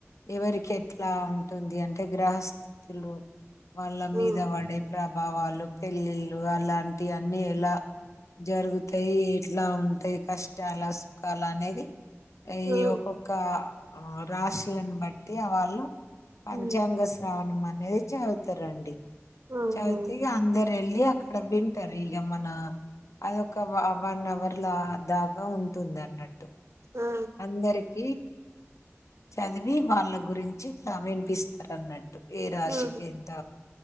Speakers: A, on the left; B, on the right.
A: ఎవరికి ఎట్లా ఉంటుంది అంటే గ్రహస్థితిలో వాళ్ళ
B: ఆ
A: మీద పడే ప్రభావాలు పెళ్ళిళ్ళు అలాంటి అన్నీ ఎలా జరుగుతాయి ఎట్లా ఉంట అంటయి కష్టాల సుఖాల అనేది ఈ
B: ఆ ఆ.
A: ఒక్కొక్క ఆ రాసులను బట్టి ఆ వాళ్ళు పంచాంగ
B: ఉమ్.
A: శ్రావణమా అనేది చదువుతారాండి
B: ఆహా
A: చయితే అందర వెళ్ళి అక్కడ వింటారు ఇక మన అదొక వన్ అవర్ దలా దాకా ఉంటుంది అన్నట్టు
B: ఆ
A: అందరిక చదివి వాళ్ళ గురించి ఇట్లా వినిపిస్తారు అన్నట్టు ఏ రాశిక
B: ఆ
A: ఇంత